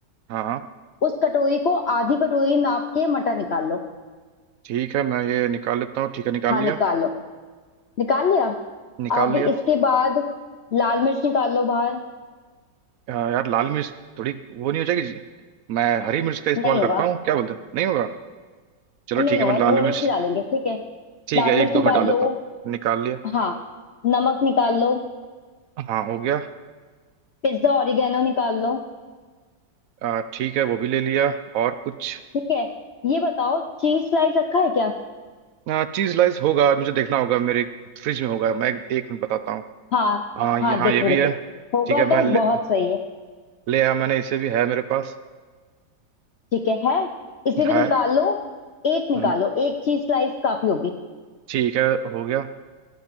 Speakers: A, on the right; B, on the left.
A: हाँ हाँ
B: उस कटोरी को आधी कटोरी नाप के मटर निकाल लो
A: ठीक है मैं ये निकाल लेता हूँ ठीक है निकाल
B: हाँ
A: लिया
B: निकाल लो निकाल लिया
A: निकाल
B: अब
A: लिया
B: इसके बाद लाल मिर्च निकाल लो बाहर
A: आ, यार लाल मिर्च थोड़ी वो नहीं हो जाएगी जी? मैं हरी मिर्च का इस्तेमाल
B: नहीं
A: करता
B: होगा
A: हूँ क्या बोलते हैं नहीं होगा चलो
B: नहीं
A: ठीक
B: होगा
A: है मैं लाल
B: थोड़ी
A: मिर्च
B: सी डालेंगे ठीक है
A: ठीक
B: लाल
A: है
B: मिर्च
A: एक दो
B: निकाल
A: मैं डाल लेता
B: लो
A: हूँ निकाल लिया
B: हाँ नमक निकाल लो
A: हाँ हो गया
B: पिज्जा ऑरिगेनो निकाल लो
A: आ, ठीक है वो भी ले लिया और कुछ
B: ठीक है ये बताओ चीज स्लाइस रखा है क्या
A: आ, चीज स्लाइस होगा मुझे देखना होगा मेरे फ्रिज में होगा मैं एक मिनट बताता हूँ
B: हाँ
A: हाँ ये
B: हाँ
A: हाँ
B: देखो
A: ये
B: देखो
A: भी है
B: होगा
A: ठीक है मैं
B: तो
A: ले,
B: बहुत सही है
A: ले आया मैंने इसे भी है मेरे पास
B: ठीक है है इसे भी
A: है
B: निकाल लो एक निकालो
A: हम्म,
B: एक चीज स्लाइस काफी होगी
A: ठीक है हो गया